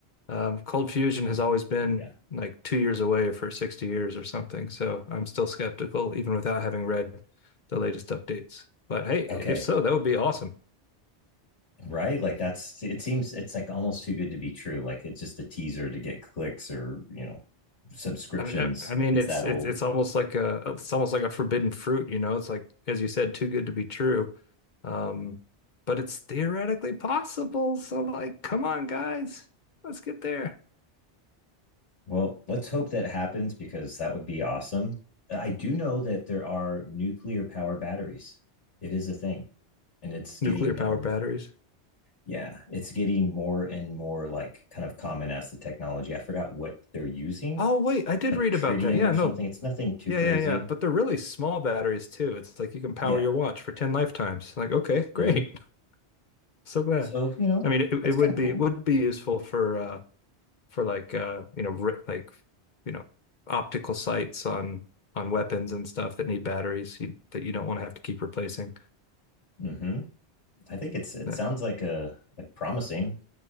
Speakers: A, on the left (about 45°); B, on the left (about 85°).
A: Um, cold fusion
B: Are
A: has
B: you-
A: always been
B: Yeah.
A: like two years away for 60 years or something, so I'm still skeptical even without having read the latest updates. But hey, if
B: Okay.
A: so, that would be awesome.
B: Right? Like that's it seems it's like almost too good to be true. Like it's just a teaser to get clicks or, you know, subscriptions.
A: I mean, I, I mean,
B: It's
A: it's
B: that
A: it's
B: old.
A: it's almost like a it's almost like a forbidden fruit, you know. It's like, as you said, too good to be true. Um, but it's theoretically possible. So, like, come on, guys, let's get there.
B: Well, let's hope that happens because that would be awesome. I do know that there are nuclear powered batteries. It is a thing, and it's getting
A: Nuclear power
B: um
A: batteries.
B: yeah, it's getting more and more like kind of common as the technology. I forgot what they're using,
A: Oh, wait, I did
B: like
A: read
B: tritium
A: about that. Yeah,
B: or something.
A: no,
B: It's nothing too
A: yeah,
B: crazy.
A: yeah, yeah. But they're really small batteries too. It's like you can power
B: Yeah.
A: your watch for 10 lifetimes. Like, okay, great.
B: hmm
A: <laughs> So glad.
B: So you know
A: I mean, it, it
B: that's
A: would
B: kind of cool.
A: be would be useful for uh for like uh you know ri like you know optical sights on on weapons and stuff that need batteries you, that you don't want to have to keep replacing.
B: hmm I think it's it
A: That,
B: sounds like a like promising.